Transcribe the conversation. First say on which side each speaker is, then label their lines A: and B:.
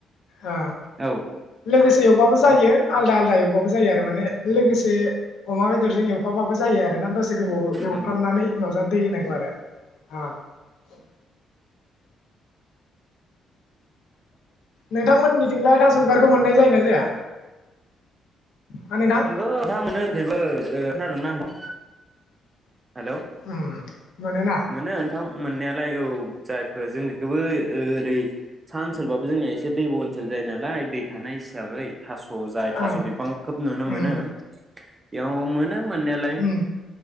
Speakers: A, on the left (about 80°); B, on the right (about 25°).
A: ओ
B: औ
A: लो गोसे एवबाबो जायो आलदा आलदा एबाबो जायो आरो माने लोगोसे अमा बेदरजों अमाबाबो जायो आरोना दस गोबाव एवफ्रामनानै
B: नंगौ
A: उनाव <unintelligible> नोंथांमोननिथिंलाय थास' बिबारखौ मोननाय जायो ना जाया? हा नोंथां
B: <unintelligible> खोनादोंना नोंथां? हेल'
A: उम मोनोना
B: मोनो नोंथां मोननायालाय। जायफोर जों बेखौबो ओरै साहा ओनसोलबाबो जोंनिया एसे दैब' ओनसोल जायो नालाय दै थानाय हिसाबै थास' जाय थास'
A: ओं
B: बिफां खोब नुनो मोनो।
A: उम
B: एयाव मोनो। मोननायालाय।
A: उम